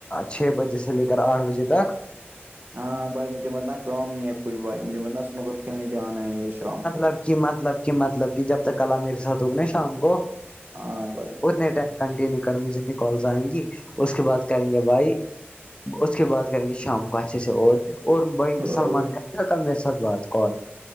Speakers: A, on the left (about 25°); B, on the right (about 50°).
A: چھ بجے سے لے کر آٹھ بجے تک
B: ہاں بھائی مجھے مت کام ہی ہے کچھ بھائی مجھے مت سنو کر کھیلنے جانا ہے یہ شام کو
A: سب کی مطلب کہ مطلب کی جب تک ک میرے ساتھ ہوگی نا شام کو
B: ہاں بھائی
A: اتنے ٹائم کنٹینیو کروں گی جتنی کالز آئیں گی اس کے بعد کریں گے بھائی اس کے بعد کریں گے شام کو اچھے سے اور اور بھائی
B: ہاں
A: سلمان
B: بھائی
A: خان کل میرے سب بات کال